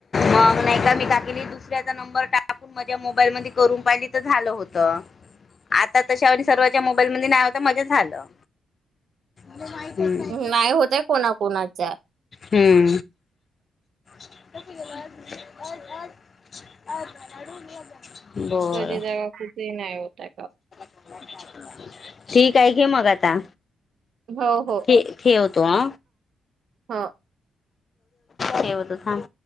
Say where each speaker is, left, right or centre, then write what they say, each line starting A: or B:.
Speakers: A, on the left; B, on the right.
A: मग नाही का मी काली दुसऱ्याचा नंबर टाकून माझ्या मोबाईल म करून पाहिली तर झालं होत. आता तशावर सर्वांच्या मोबाईल मध्ये नाही होता माझ्या झालं हम्म
B: नाही होतय कोणाकोणाच्या
A: हम् <unintelligible> बरं
B: तोरी कुठही नाही होता.
A: <unintelligible> ठीक आहे घे मग आता
B: हो हो
A: ठेवतो अ
B: हो
A: ठेवतो थांब